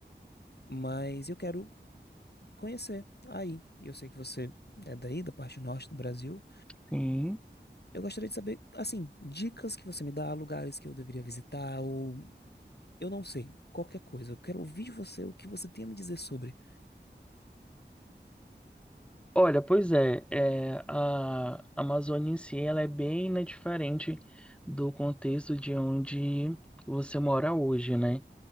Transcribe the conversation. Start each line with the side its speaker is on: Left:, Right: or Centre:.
Left: mas eu quero conhecer aí. E eu sei que você é daí, da parte norte do Brasil.
Centre: sim.
Left: Eu gostaria de saber, assim, dicas que você me dá, lugares que eu deveria visitar, ou eu não sei, qualquer coisa. Eu quero ouvir de você o que você tem a me dizer sobre.
Centre: Olha, pois é, é, a Amazônia em si, ela é bem, né, diferente do contexto de onde você mora hoje, né?